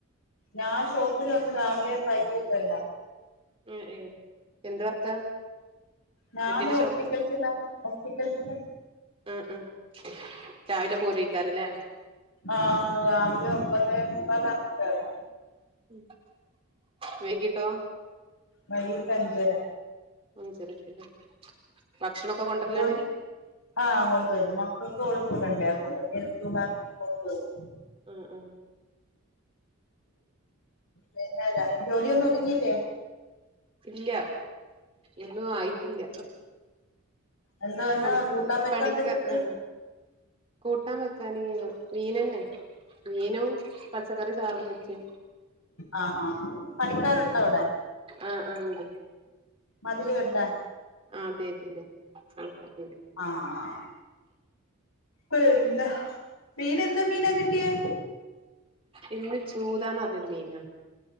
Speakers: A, on the left; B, on the right.
A: ഞാൻ ഷോപ്പില് വന്ന് രാവിലെ കഴിയൊന്നില്ല
B: ഉം ഏഹ് എന്ത് വർക്കാ
A: ഞാന്
B: എന്തിന്റെ
A: ഒപ്റ്റിക്കൽസിലാ
B: ഷോപ്പ്
A: ഒപ്റ്റിക്കൽസിന്റെ
B: ആഹ് ആഹ് രാവിലെ പോരോയ്ക്കാരം ല്ലേ
A: ആഹ് രാവിലെ ഒമ്പതേ മുക്കാലാകുമ്പൊ കേറും
B: ഉം വൈകിട്ടോ
A: വൈകിട്ട് അഞ്ചര
B: അഞ്ചരക്ക് ലേ ഭക്ഷണൊക്കെ കൊണ്ടരലാണ്
A: ജോലി ആഹ് കൊണ്ടുവരും മക്കൾക്ക് കൊടുത്ത് വിടണ്ടേ ആ കൂട്ടത്തി എനിക്കുണ്ടാക്കി കൊണ്ടുവരും
B: ഉം ഉം
A: പിന്നെ ര ജോലിയൊന്നും ഒതുങ്ങിയില്ലേ
B: ഇല്ല ഒന്നു ആയിട്ടില്ല
A: എന്താന്ന്
B: പണി
A: കൂട്ടാൻ വെക്കാ
B: പണിക്ക
A: എന്ത്‌ കിട്ടി
B: ആഹ് കൂട്ടാൻ വെക്കാന് മീനന്നെ മീനും പച്ചക്കറി ചാറും വെച്ച്
A: ആഹ് ഹാ ആ പണിക്കാരുണ്ടോ അവിടെ?
B: ആഹ് ആഹ് ണ്ട്.
A: മതില് കെട്ടാൻ
B: ആഹ് തേപ്പിന്റെ ആൾക്കാര്ണ്ട്.
A: ആഹ് ആഹ് ആഹ് പിന്ന മീനെന്തോ മീനാ കിട്ടിയേ?
B: ഇന്ന് ചൂതാന്ന് പറഞ്ഞൊരു മീനാണ്.